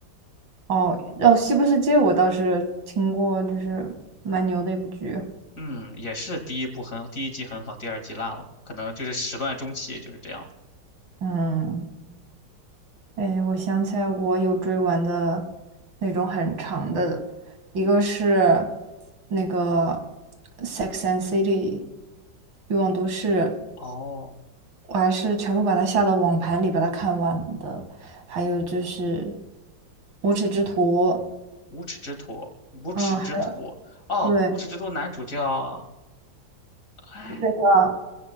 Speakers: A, on the right (about 85°); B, on the left (about 45°).
A: 哦，哦，《西部世界》我倒是听过，就是蛮牛的一部剧。
B: 嗯，也是第一部很，第一季很好，第二季烂了，可能就是始乱终弃，就是这样的。
A: 嗯，哎，我想起来，我有追完的那种很长的，一个是那个《Sex and City》欲望都市，
B: 哦，
A: 我还是全部把它下到网盘里把它看完的。还有就是《无耻之徒》，
B: 无耻之徒，无耻之徒，
A: 嗯，还有
B: 哦，
A: 对
B: 无耻之徒男主叫，哎，
A: 那个